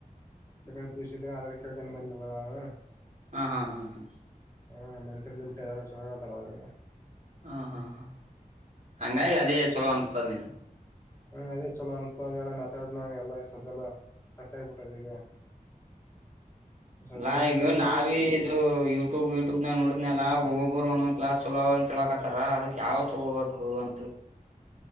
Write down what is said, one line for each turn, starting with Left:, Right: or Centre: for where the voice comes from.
Left: ಸೆಕಂಡ್ ಪಿಯುಸಿ ಇದಾಗ ಅದ ಕೇಳ್ಕೊಂಡು ಬಂದಿಲ್ಲ ನಾನು.
Right: ಹಾ ಹಾ ಹಾ
Left: ಹ ಮೆಂಟೇನ್ಗಿಂಟೇನ್ ಚನ್ನಾಗಿ ಅದರ ಅದರಾಗ್
Right: ಹಾ ಹಾ ಹಾ ಹಂಗಾಗಿ ಅದೇ ಚೊಲೋ ಅನಿಸ್ತದೆ ನೀನು
Left: ಹ ಅದೇ ಚಲೋ ಅನಿಸ್ತ ಪಾ ಮಾತಾಡ ನ ಎಲ್ಲ ಸಾಕಲ್ಲ ಸಟ್ಟಾಗಿ ಬಿಟ್ಟೇತಿ ಈಗ ಸದ್
Right: ನಾ
Left: ಬೇರೆ
Right: ಈಗ ನಾ
Left: ಬೇರೆ
Right: ಬಿ ಇದು ಯೂಟ್ಯೂಬ್ ಗ್ಯೆ ಟ್ಯೂಬ್ ನ ನೋಡ ಲ್ಲಾ ಒಬ್ಬೊಬ್ರು ಒಂದೊಂದ್ ಕ್ಲಾಸ್ ಚೊಲೊವು ಅಂತ ಹೇಳಾಕತ್ತಾರ ಅದಕ್ ಯಾವ್ ತಗೋಬೇಕು ಅಂತ ಹೇಳಿ